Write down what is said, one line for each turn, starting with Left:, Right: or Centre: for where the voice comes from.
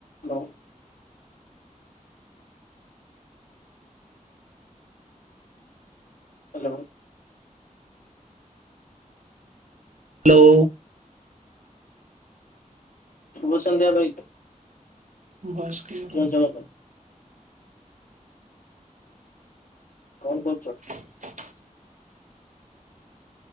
Left: Hello. Hello.
Right: Hello.
Left: ଶୁଭସନ୍ଧ୍ୟ ଭାଇ।
Right: Bus କି କର
Left: ଜୟ
Right: <unintelligible>
Left: ଜଗନ୍ନାଥ କଣ କରୁଛ?
Right: <unintelligible>